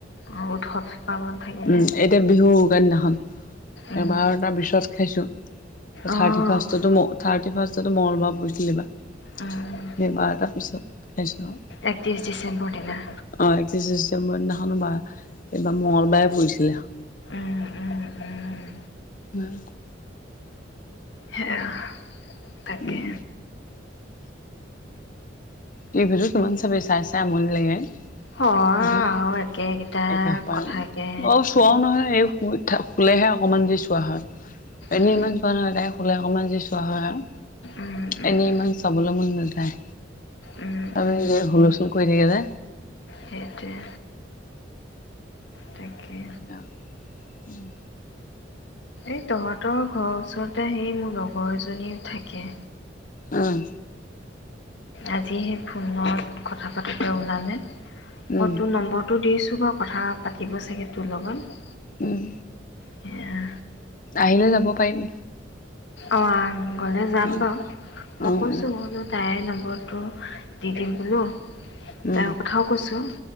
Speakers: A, on the left; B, on the left.
A: অ', উৎসৱ পাৰ্বন থাকিলে
B: উম এতিয়া বিহু উৰুকা দিনাখন
A: উম,
B: এ বাৰটা তাৰপিছত খাইছোঁ
A: অ',
B: থাৰ্টি ফাৰ্ষ্টতো মোক থাৰ্টি ফাৰ্ষ্টতো মঙ্গলবাৰ পৰিছিলে এইবাৰ
A: উম।
B: বাৰটা পিছত খাইছোঁ আৰু
A: একত্ৰিছ ডিচেম্বৰ দিনা
B: অ একত্ৰিশ ডিচেম্বৰ দিনাখনো বা এইবাৰ মঙ্গলবাৰে পৰিছিলে
A: উম উম উম
B: উম
A: সেয়া তাকে
B: উম টিভিটো কিমান চাবি চাই চাই আমনি লাগে
A: হয়
B: সদায়
A: আৰু একেকেইটা
B: একেসোপা
A: কথাকে
B: মই চোৱাও নহয় এই সময়ত থা শুলেহে অকণমান যি চোৱা হয় এনেই
A: উম
B: ইমান চোৱা নহয় তাই শুলে অকণমান যি চোৱা হয় আৰু
A: উম উম
B: এনেই ইমান চাবলৈ মন নাযায়
A: উম
B: আমি
A: উম
B: ই যে হুলুস্থল কৰি থাকে যে
A: সেইটোৱে তাকে
B: সেয়া উম
A: এই তহঁত তৰ ঘৰৰ ওচৰতে সেই মোৰ লগৰ এজনীও থাকে
B: উম
A: আজি সেই ফোনত কথা পাতোতে ওলালে মই
B: উম
A: তোৰ নম্বৰ টো দিছোঁ বাৰু কথা পাতিব চাগে তোৰ লগত
B: উম
A: সেয়া
B: আহিলে যাব পাৰিবি
A: অঁ গ'লে যাম
B: উম
A: বাৰু মই
B: উম
A: কৈছোঁ তাইৰ নম্বৰটো দি দিম বোলো
B: উম
A: তাই কথাও কৈছো